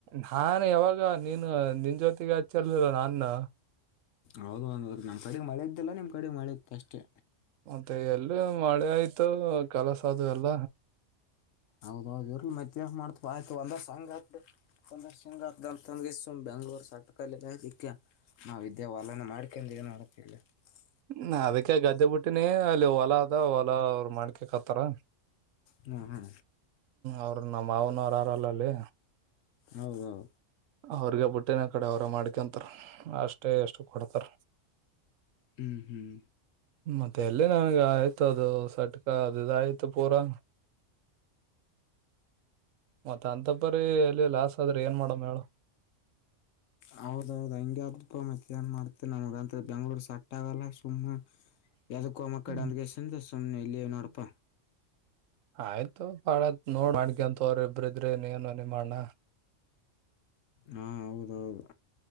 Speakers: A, on the right (about 80°); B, on the left (about 80°).
A: ನಾನ್ ಯಾವಾಗ ನೀನ್ ನಿನ್ ಜೊತೆಗೆ ಹಚ್ಚಿಲ್ದಿಲ್ಲ ನಾನ್ <unintelligible>
B: ಹೌದು ಒದ ನಮ ಕಡೆಗ್ ಮಳೆ ಇದ್ದಲ್ಲ ನಿಮ್ ಕಡೆಗ್ ಮಳೆ ಇತ್ತು ಅಷ್ಟೆ.
A: ಮತ್ತೆ ಎಲ್ಲು ಮಳೆ ಆಯ್ತು ಕೆಲಸ ಅದು ಎಲ್ಲ.
B: ಹೌದೌದು ಇರ್ಲಿ <unintelligible> ಮತ್ತ ಮಾಡ್ತ್ವ ಆಯತ ಅಂದ್ರ ಸಂಗ <unintelligible> ಪಂದಶಂಗ ದ <unintelligible> ತಗಸ ಬೆಂಗ್ಲೋರು ಸಾಟಕ ಇಕ್ಕ ನಾವು ವಿದ್ಯಾವಾಲನೆ ಮಾಡ್ಕೊಂಡೊಂಡ ಏನು ನೋಡೋಕ್ಕಿಲ್ಲ <unintelligible>
A: <unintelligible> ಅದಕ್ಕೆ ಗದ್ದೆ ಬಿಟ್ಟಿನಿ ಅಲ್ಲಿ ಹೊಲಾ ಅದ ಹೊಲ ಅವರು ಮಾಡ್ಕಕ್ ಹತ್ತಾರ ಹ್ಮ
B: ಹ್ಞೂ ಹ್ಞೂ
A: ಅವ್ರ ನಮ್ಮ ಮಾವನವ್ರ ಯಾರಲ್ಲ ಅಲ್ಲಿ
B: ಹೌದು ಹೌದು
A: ಅವ್ರಿಗೆ ಬುಟ್ಟಿನ ಕಡೆ ಅವರ ಮಾಡ್ಕೊಂತಾರ ಅಷ್ಟೇ ಎಷ್ಟು ಕೊಡ್ತಾರ
B: ಹ್ಮ್ ಹ್ಮ್
A: ಮತ್ತೆ ಎಲ್ಲಿ ನನ್ಗೆ ಆಯ್ತು ಅದು ಸಟ್ಕ ಅದುದು ಆಯ್ತು ಪೂರಾ. ಮತ್ತ ಅಂತಪರಿ ಎಲ್ಲಿ ಲಾಸ್ ಆದ್ರೆ ಏನ್ ಮಾಡಮ ಹೇಳು.
B: ಹೌದೌದ್ ಹಂಗೆ ಆಗಿಬಿಡ್ತಾ ಮತ್ತೆ ಏನ್ ಮಾಡ್ತ ನಮಗಂತ. ಬೆಂಗ್ಗಳೂರು ಸೆಟ್ ಆಗಲ್ಲ ಸುಮ್ಮ್ ಏದಕ್ಕೋ ಮಕ್ಕಡೆ
A: ಹ್ಮ್,
B: ಅಂದಗೆಸ. ಸ್ ಎಲ್ಲಿ ಏ ನೋಡಪ್ಪ.
A: ಆಯ್ತು ಬಾಳತ್ ನೋಡ್ ಮಾಡ್ಕಂತ ಅವ್ರ ಇಬ್ರ ಇದ್ರೆ ನೀ ಏನ ಮಾಡಣ.
B: ಹಾ ಹೌದೌದು.